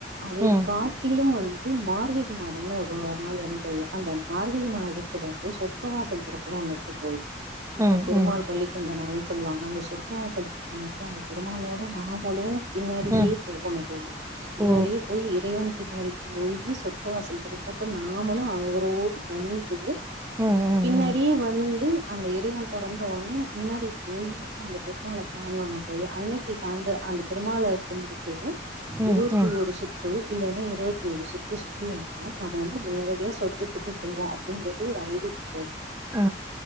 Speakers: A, on the right; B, on the right.
A: அதை
B: ம்
A: காட் டிலும் வந்து மார்கழி மாதம்னு ஒரு நாள் வரும் தேழி அந்த மார்கழி மாதத் துல வந்து சொர்கவாசல் திறப்புனு ஒன்னு <unintelligible> போய்
B: ம்
A: அ பெருமாள்
B: ம்
A: பள்ளி சொந்த நாள் சொல்லுவாங்க அந்த சொர்க வாாசல் திறப்பு அன்னைக்கே அந்த பெருமாளோட நாமளு பின்னாடியே
B: ம்
A: போகணு தோழி பின்னாடியே
B: ஓ
A: போய் ஏ தெய்வான பின்னாடி போயி சொர்க்க வாசல் திறப்பப்ப நாமளு அவரோடு வந்து
B: ம் ம்
A: பின்னாடியே
B: ம்
A: வந்து அந்த இறைவன் தொறந்தோனெ முன்னாடி போய் நின்னு அந்த பெருமாளை காணனு தோழி அன்னைக்குசாந்து அந்த பெருமாள கும்ட்டுட்டு
B: ம்
A: இருஓத்தி
B: ம்
A: ஓரு சுத் து இல்லன்னா இருபத்தி ஏழு சுத்து சுத்தி வந்தா நம்ம வந்து நேரடியா சொர்கத்துக்கு செல்வோ அப்டிங்கிறது ஒரு ஐதிக போல
B: அ